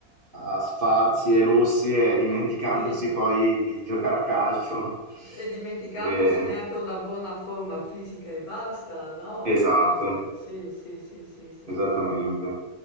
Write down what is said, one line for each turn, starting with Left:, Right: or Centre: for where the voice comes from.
Right: a sfarzi e lussi e dimenticandosi
Left: e-
Right: poi di giocare a calcio.
Left: e dimenticandosi
Right: Eh,
Left: anche una buona forma fisica e basta, no?
Right: esatto,
Left: Ecco, eh, sì, sì, sì, sì, sì,
Right: esattamente.
Left: sì.